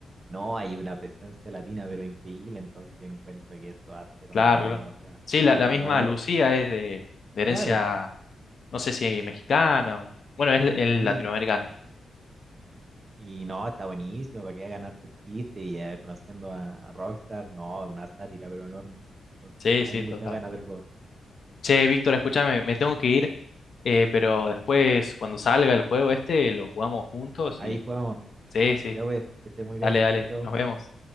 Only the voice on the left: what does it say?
Claro,
claro.
Sí, la, la
misma
Lucía es de, de herencia,
no sé si mexicana, o- bueno, es, es
latinoamericana.
Sí,
sí,
total.
Che, Víctor, escúchame, me tengo que ir, eh, pero después, cuando salga el juego este, lo jugamos juntos
y...
Sí, sí,
dale, dale,
nos vemos.